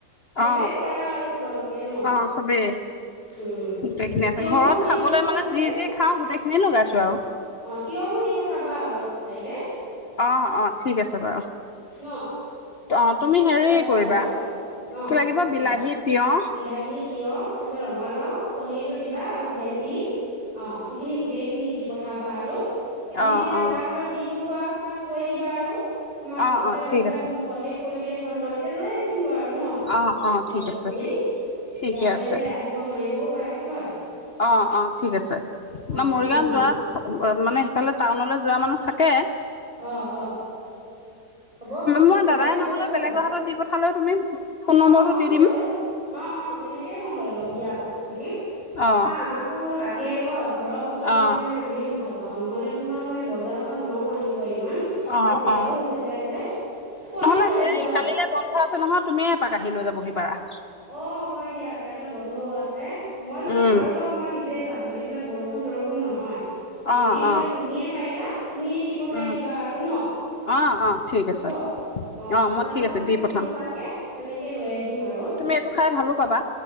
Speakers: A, on the right; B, on the left.
A: চবে
B: অ
A: কৰা আৰু তোমালোক থাকে ন
B: অ চবেই
A: উম
B: গোটেইখিনি
A: ভালে আছে তিয়ঁহও
B: ঘৰত
A: তিয়ঁহটো
B: খাবলৈ মানে
A: হৈছে
B: যি যি খাওঁ গোটেইখিনি লগাইছো আৰু
A: অ তিয়ঁহো দি পঠাবা অলপ পাৰিলে
B: অ অ ঠিক আছে বাৰু
A: ন
B: অ', তুমি
A: তেতিয়াহে
B: হেৰি কৰিবা
A: আৰু অ
B: কি লাগিব বিলাহী,
A: কোৱা
B: তিয়হ
A: বিলাহী, তিঁয়হ তাৰপিছত ৰঙালাও, পনিৰটো দিবা আৰু ভেন্দি অ সেইখিনি গোটেইখিনি দি পঠাবা আৰু তুমি
B: অ',
A: তেতিয়া
B: অ',
A: যা হাতত দি পঠিওৱা পঠোৱা তাক কৈ দিবা আৰু আমাৰ
B: অ',
A: ঘৰতে
B: অ',
A: নহলে
B: ঠিক আছে
A: মোক কণ্টেক কৰিলে হ'ল ম তেতিয়া লৈ আহিমগৈ আৰু ন
B: অ', অ', ঠিক
A: বস্তুখিনি
B: আছে
A: ইয়ালৈ
B: ঠিকে আছে
A: যে আহিব নোৱাৰিবও পায় হয়
B: অ', অ', ঠিক
A: অঁ
B: আছে,
A: অঁ
B: ন' মৰিগাঁওত
A: তুমি দি
B: যোৱা মানে সেফালে টাউনলে যোৱা মানুহ থাকে।
A: অ', অ'। হ'ব
B: মই
A: সেনেকে
B: দাদাই
A: দি
B: নহ'লে
A: পঠালেও
B: বেলেগৰ
A: হ'ব,
B: হাতত দি পঠালেও তুমি ফোন নম্বৰটো
A: অ', অ',
B: দি দিম
A: লৈ ল'ম, অ', অ', তেনেকেই মই লৈ ল'ম দিয়া বস্তুখিনি
B: অ',
A: কাৰণ আমাকো লাগ গে হয় ঘৰৰ বস্তু
B: অ',
A: হ'লে মানে আমি ভাল পাঁও নহ'লে তোমাৰ মানে বজাৰৰ পৰা নোৱাও আনি ইমান,
B: অ',
A: আৰু বেয়াও
B: অ',
A: হৈ যায় যে খোৱাদো
B: নহ'লে
A: নাই
B: হেৰি,
A: যোৱা
B: কালিলৈ বন্ধ আছে নহয় তুমিয়ে এপ পাক আহি লৈ যাবহি পাৰা।
A: অ', হয় দিয়া কাইলে বন্ধও আছে। মই যদি
B: উম,
A: পাৰো বাৰু মই নিজে যাম, যদি বোলে বৰষুণ চৰষুণ নহয়। যদি
B: অ',
A: বোলে
B: অ',
A: তুমিয়ে পাৰিলা, তুমিয়েই দি পঠাই
B: উম,
A: দিবা আৰু ন'
B: অ', অ', ঠিক
A: হ'ব,
B: আছে
A: অ', দোকানৰ
B: মই ঠিক
A: পৰা
B: আছে
A: মানে
B: দি
A: কিনি
B: পঠাম
A: খোৱাতকে তেনেকেই লৈ আহিম আৰু। অ',
B: তুমি এইটো খাই ভালো পাবা